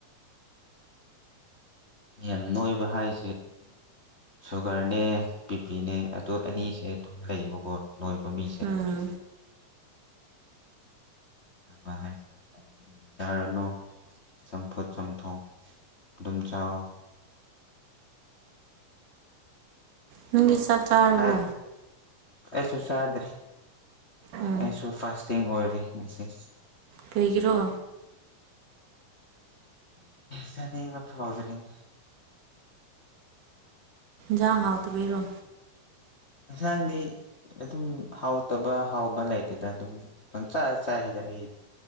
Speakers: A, on the left; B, on the right.
A: ꯌꯥꯝ ꯅꯣꯏꯕ ꯍꯥꯏꯁꯦ ꯁꯨꯒꯔꯅꯦ ꯕꯤ ꯄꯤꯅꯦ ꯑꯗꯨ ꯑꯅꯤꯁꯦ ꯑꯗꯨꯝ ꯂꯩꯌꯦꯕꯀꯣ ꯂꯣꯏ ꯄꯝꯕꯤꯁꯦ
B: ꯎꯝ
A: ꯆꯥꯕ ꯍꯥꯏꯁꯦ ꯊꯥꯎꯁꯨ ꯌꯥꯝ ꯆꯥꯔꯅꯨ ꯆꯝꯐꯨꯠ ꯆꯝꯊꯣꯛ ꯑꯗꯨꯝ ꯆꯥꯑꯣ
B: ꯅꯪꯗꯤ ꯆꯥꯛ ꯆꯥꯔꯕꯣ
A: ꯑꯣꯁ ꯑꯩꯁꯨꯁꯗ꯭ꯔꯤ
B: ꯎꯝ
A: ꯑꯩꯁꯨ ꯐꯥꯁꯇꯤꯡ ꯑꯣꯏꯔꯦ ꯉꯆ
B: ꯂꯩꯩꯒꯤ꯭ꯔꯣ
A: ꯁꯅꯤ ꯃ ꯐꯗꯔꯅꯤ
B: ꯌꯥ ꯍꯥꯎ ꯇꯕꯤꯦꯔꯣ
A: ꯍꯟꯁꯥꯡꯗꯤ ꯑꯗꯨꯝ ꯍꯥꯎꯇꯕ ꯍꯥꯎꯕ ꯂꯩꯇꯦꯗ ꯑꯗꯨꯝ ꯄꯪ ꯆꯥꯏ ꯆꯥꯏꯈꯤꯗ ꯑꯩ